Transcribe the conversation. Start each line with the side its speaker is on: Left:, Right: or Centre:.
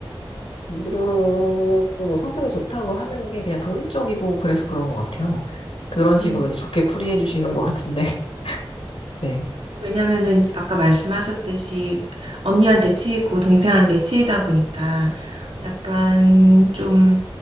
Left: 그리고 뭐 성격이 좋다고 하는 게 그냥 독립적이고 그래서 그런 것 같아요. 그런 식으로
Right: 음.
Left: 이제 좋게 풀이해 주시는 것 같은데. <laughs> 네.
Right: 왜냐면은 아까 말씀하셨듯이 언니한테 치이고 동생한테 치이다 보니까 약간 좀